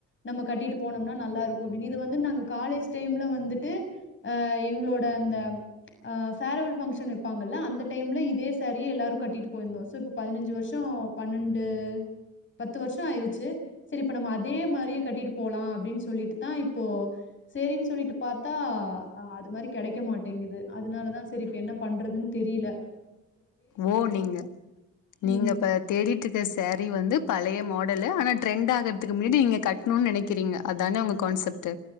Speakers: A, on the left; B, on the left.
A: நம்ம கட்டிட்டு போனோம்னா நல்லா இருக்கும் இது வந்து நாங்க காலேஜ் டைம்ல வந்துட்டு அஹ எங்களோட அந்த அஹ ஃபேர்வெல் ஃபங்க்ஷன் வைப்பாங்கல்ல அந்த டைம்ல இதே சாரிய எல்லாரும் கட்டிட்டு போயிருந்தோம் சோ இப்ப பதினஞ்சு வருஷம் பன்னெண்டு பத்து வருஷம் ஆயிருச்சு சரி இப்ப நம்ம அதே மரியே கட்டிட்டு போலாம் அப்டின்னு சொல்லிட்டு தான் இப்போ செரின்னு சொல்லிட்டு பாத்தா ஆஹ அது மரி கிடைக்க மாட்டேங்குது அதனாலதான் சரி இப்ப என்ன பண்றதுன்னு தெரில
B: ஓ நீங்க - நீங்க
A: ம்.
B: இப்ப தேடிட்டு இருக்க சாரீ வந்து பளய மாடல் <unintelligible> ஆனா ட்ரெண்ட் ஆகறதுக்கு முன்னாடி நீங்க கட்ணும்னு நினைக்கிறீங்க அதான உங்க கான்செப்ட்